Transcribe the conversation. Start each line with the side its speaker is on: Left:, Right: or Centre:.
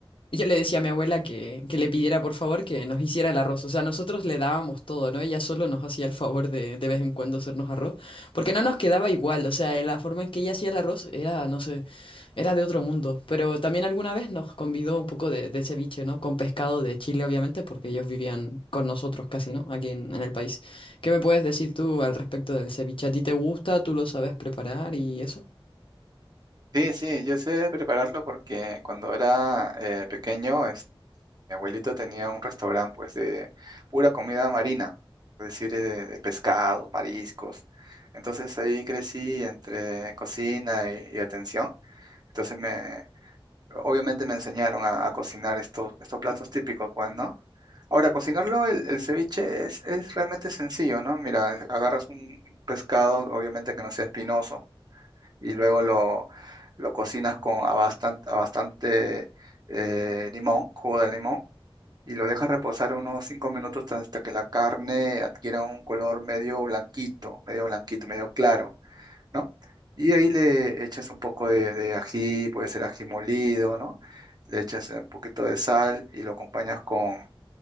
Left: Yo le decía a mi abuela que, que le pidiera por favor que nos hiciera el arroz. O sea, nosotros le dábamos todo, ¿no? Ella solo nos hacía el favor de de vez en cuando hacernos arroz, porque no nos quedaba igual. O sea, la forma en que ella hacía el arroz era, no sé, era de otro mundo. Pero también alguna vez nos convidó un poco de, de ceviche, ¿no? Con pescado de Chile, obviamente, porque ellos vivían con nosotros casi, ¿no? Aquí en, en el país. ¿Qué me puedes decir tú al respecto del ceviche? ¿A ti te gusta? ¿Tú lo sabes preparar y eso?
Right: Sí, sí, yo sé prepararlo porque cuando era eh, pequeño, es- mi abuelito tenía un restaurante pues de pura comida marina, es decir, eh, de, pescado, mariscos. Entonces ahí crecí entre cocina y, y atención. Entonces me, obviamente me enseñaron a, a cocinar estos, estos platos típicos, pues, ¿no? Ahora, cocinarlo, el, el ceviche es, es realmente sencillo, ¿no? Mira, agarras un pescado, obviamente que no sea espinoso, y luego lo, lo cocinas con a bastante, a bastante eh, limón, jugo de limón, y lo dejas reposar unos 5 minutos hasta que la carne adquiera un color medio blanquito, medio blanquito, medio claro. ¿no? Y ahí le echas un poco de, de ají, puede ser ají molido, ¿no? Le echas eh, un poquito de sal y lo acompañas con,